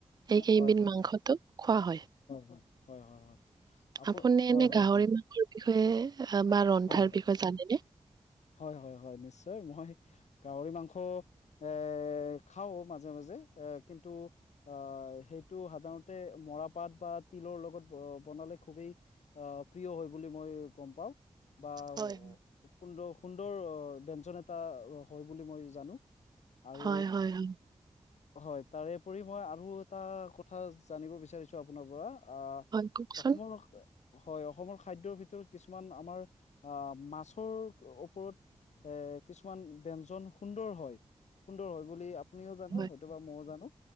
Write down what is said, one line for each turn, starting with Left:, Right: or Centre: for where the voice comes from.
Right: এই কেইবিধ
Left: হয় হয়
Right: মাংসটো
Left: হয়
Right: খোৱা হয়
Left: হয় হয় হয় হয় আপো
Right: আপুনি
Left: হয়
Right: এনে
Left: হয়
Right: গাহৰি
Left: হয়
Right: মাংসৰ বিষয়ে আ বা ৰন্ধাৰ
Left: হয়,
Right: বিষয়ে জানেনে?
Left: হয়- হয় -হয় নিশ্চয় মই গাহৰি মাংস এ খাওঁ মাজে মাজে এ কিন্তু আ হয় সেইটো সাধাৰণতে মৰাপাত বা তিলৰ লগত বনালে খুবেই অ' প্ৰিয়। হয় বুলি মই গম পাওঁ। বা
Right: হয়।
Left: সুন্দৰ সুন্দৰ ব্যঞ্জন এটা হয় বুলি মই জানো। আৰু
Right: হয় -হয়- হয়।
Left: হয় তাৰেপৰি মই আৰু এটা কথা জানিব বিচাৰিছোঁ আপোনাৰ পৰা অ',
Right: হয় কওকচোন?
Left: অসমৰ হয় অসমৰ খাদ্যৰ ভিতৰত কিছুমান আমাৰ অ', মাছৰ ওপৰত এ কিছুমান ব্যঞ্জন সুন্দৰ হয়। সুন্দৰ হয় বুলি আপুনিও জানে
Right: হয়।
Left: হয়তোবা ময়ো জানো